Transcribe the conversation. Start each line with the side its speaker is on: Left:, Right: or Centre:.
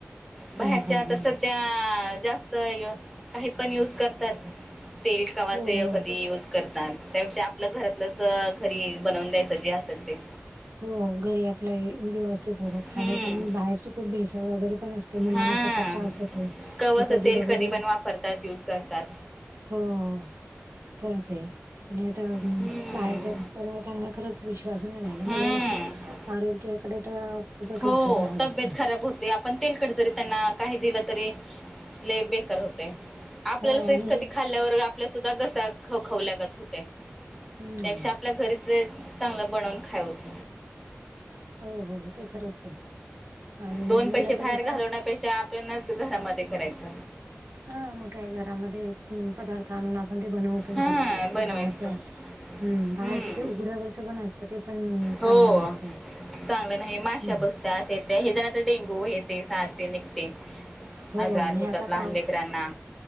Centre: बाहेरच्या
Right: हां, हां,
Centre: आता
Right: हां.
Centre: सद त्या जास्त काहीय पण युज करतात तेल कां
Right: हो,
Centre: ते
Right: हो.
Centre: कधी युज करतात त्यापेक्षा आपलं घरातलंच घरी बनवून द्यायचं जे असेल ते.
Right: हो घरी आपलं व्यवस्थित होत
Centre: हम्म
Right: खाण्याचे पण बाहेरचे खूप भेसळ वगैरे पण असत. तो मुलांना
Centre: हा
Right: त्याचा त्रास होतो
Centre: कवाचं
Right: ते कधी
Centre: तेल
Right: वगैरे
Centre: पण वापरतात यूज करतात
Right: हो हो. खरंच आहे आणि आता
Centre: हम्म
Right: बाहेरच्या पदार्थांवर खरंच विश्वास नाही राहिला. मुलांची
Centre: हम्म
Right: आरोग्याकडे तर खूपच
Centre: हो
Right: लक्ष द्याव
Centre: तब्येत
Right: लागत.
Centre: खराब होते आपण तेलकट जरी त्यांना काही दिलं तरी लई बेकार होतय. आपल्यालासइत
Right: हो आणि
Centre: कंधी
Right: हे
Centre: खाल्ल्यावर आपला सुद्धा घसा खव खवल्यागत होतय
Right: हम्म
Centre: त्यापेक्षा आपल्या घरीच चांगलं बनवून खायवच.
Right: हो हो ते खरंच आहे. आणि
Centre: दोन
Right: मुलांचे
Centre: पैसे बाहेर
Right: कसं
Centre: घालवण्या पेक्षा आपणच घरामध्ये करायच.
Right: हा मग काय घरामध्ये पदार्थ आणून आपण ते बनवू पण
Centre: हा
Right: शकतो
Centre: बनवायचं
Right: ते बाहेरच हम्
Centre: हम्म
Right: बाहेरच ते उघड्यावरच पण असतं ते पण
Centre: हो
Right: चांगलं नसतं.
Centre: <inaudible> चांगलं नाही माशा
Right: हं.
Centre: बसत्यात हे हयाच्या तर डेंगू ते साथ निघते
Right: हो
Centre: आजार
Right: आणि
Centre: होतात
Right: आता
Centre: लहान
Right: पाऊस
Centre: लेकरांना.